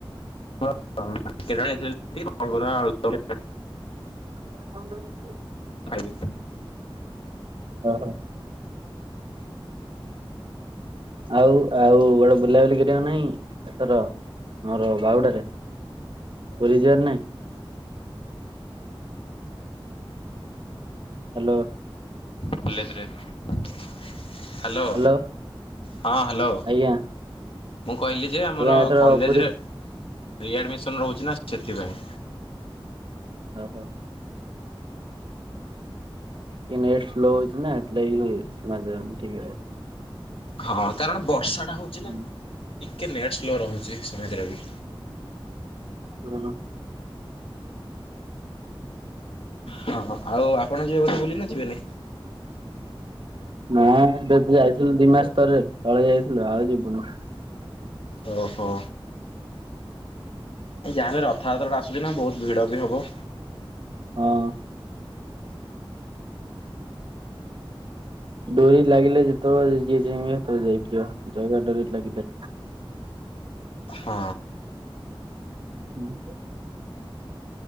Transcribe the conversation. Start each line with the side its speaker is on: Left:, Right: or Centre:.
Left: <unintelligible>
Right: ହ
Left: ହାଇୱେ।
Right: ହଁ ହଁ। ଆଉ ଆଉ ଗୋଡେ ବୁଲାବୁଲି କରିବା ନାହିଁ ଏଥର ମୋର ବାହୁଡାରେ ପୁରୀ ଯିବାର ନାଇଁ?
Left: ଏ ପ୍ାନିଂ ନାହିଁାରଣ <inaudible>
Right: ହ୍ୟାଲୋ।
Left: ହ୍ୟାଲୋ
Right: ହ୍ୟାଲୋ
Left: ହଁ ହ୍ୟାଲୋ।
Right: ଆଜ୍ଞା
Left: ମୁଁ କହିଲି ଯେ ଆମର
Right: ଆଜ୍ଞା ଏଥର
Left: କଲେଜରେ
Right: ପୁରୀ
Left: ରି ଆଡ଼ମିସନ ରହୁଛି ନା ସେଥିପାଇଁ।
Right: ଓହୋ। କି ନେଟ ସ୍ଲୋ ହଉଛି ନା ହେଇଥି ଲାଗି ଶୁଣା ଯାଉନି ଠିକ୍ ରେ।
Left: ହଁ କାରଣ ବର୍ଷାଟା ହଉଛି। ନା
Right: ହୁଁ।
Left: ଟିକେ ନେଟ୍ ସ୍ଲୋ ରହୁଛି ସେମିତିରେ ବି
Right: ହୁଁ।
Left: ହଁ ହଁ ଆଉ ଆପଣ ଯିବେ ବୋଧେ ବୁଲି ନା ଯିବେନି?
Right: ନା ଏବେ ଯାଇଥିଲୁ ଦି ମାସ ଥରେ ତଳେ ଯାଇଥିଲୁ ଆଉ ଯିବୁନୁ।
Left: ଓ ହୋ। ଏ ଯାହେଲେ ରଥଯାତ୍ରାଟା ଆସୁଛି ନା ବହୁତ ଭିଡ଼ ବି ହେବ।
Right: ହଁ। ଡୋରି ଲାଗିଲେ ଯେତେବେଳେ ଯିଏଁ ସେତବେଳେ ଯାଇପାରିବ ଜାଗା ଡୋରି ଲାଗିଲେ।
Left: ହଁ।
Right: ହୁଁ।